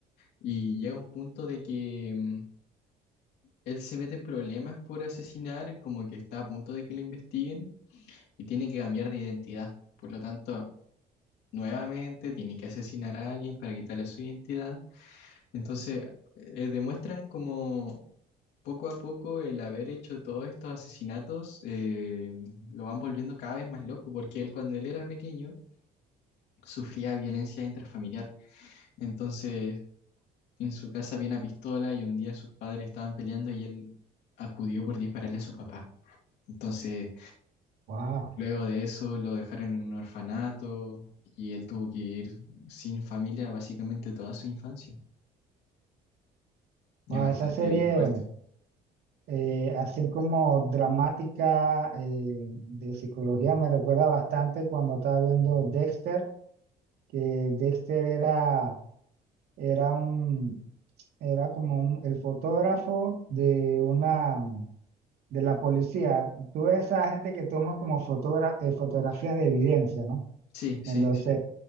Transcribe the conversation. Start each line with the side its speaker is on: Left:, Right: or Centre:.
Left: y llega a un punto de que mm, él se mete en problemas por asesinar, como que está a punto de que lo investiguen y tiene que cambiar de identidad. Por lo tanto, nuevamente tiene que asesinar a alguien para quitarle su identidad. Entonces, eh, demuestran como poco a poco el haber hecho todos estos asesinatos eh, lo van volviendo cada vez más loco, porque él cuando él era pequeño sufría violencia intrafamiliar. Entonces, En su casa había una pistola y un día sus padres estaban peleando y él acudió por dispararle a su papá. Entonces,
Right: Wow.
Left: luego de eso lo dejaron en un orfanato y él tuvo que ir sin familia básicamente toda su infancia. Es
Right: Wow,
Left: bastante
Right: esa serie,
Left: fuerte.
Right: eh, así como dramática, eh, de psicología, me recuerda bastante cuando estaba viendo Dexter, que Dexter era, era un, era como un- el fotógrafo de una, de la policía. Tú ves esa gente que toma como fotogra- eh, fotografías de evidencia, ¿no?
Left: Sí, sí,
Right: Entonces,
Left: sí,